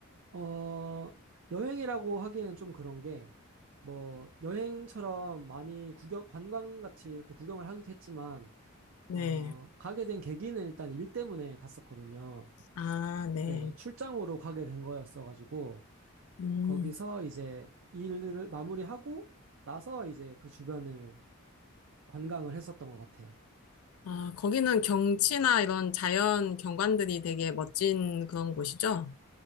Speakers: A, on the right (about 60°); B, on the left (about 80°).
A: 어, 여행이라고 하기에는 좀 그런 게, 뭐, 여행처럼 많이 구경, 관광같이 이렇게 구경을 하기도 했지만,
B: 네.
A: 어, 가게 된 계기는 일단 일 때문에 갔었거든요.
B: 아, 네.
A: 네, 출장으로 가게 된 거였어가지고,
B: 음.
A: 거기서 이제 일을 마무리하고 나서 이제 그 주변을 관광을 했었던 것 같아요.
B: 아, 거기는 경치나 이런 자연 경관들이 되게 멋진 그런 곳이죠?